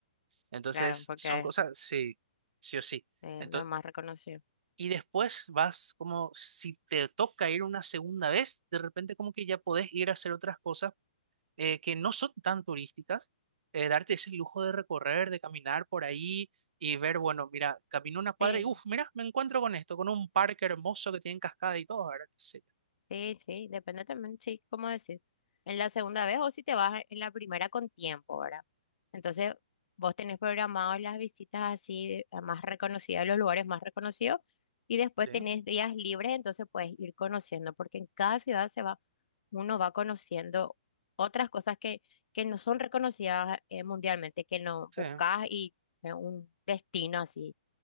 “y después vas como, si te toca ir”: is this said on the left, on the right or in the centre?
Right